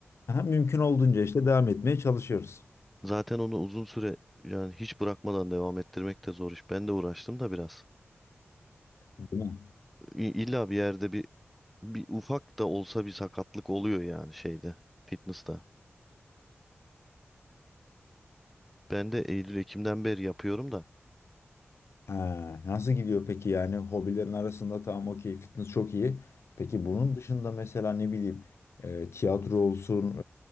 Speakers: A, on the left; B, in the centre.
A: Aha, mümkün olduğunca işte devam etmeye çalışıyoruz.
B: Zaten onu uzun süre yani hiç bırakmadan devam ettirmek de zor iş. Ben de uğraştım da biraz.
A: Değil mi?
B: İ- İlla bir yerde bir, bir ufak da olsa bir sakatlık oluyor yani şeyde, fitness'ta. Ben de Eylül-Ekim'den beri yapıyorum da.
A: Ha, nasıl gidiyor peki yani hobilerin arasında tamam okey fitness çok iyi. Peki bunun dışında mesela ne bileyim e, tiyatro olsun,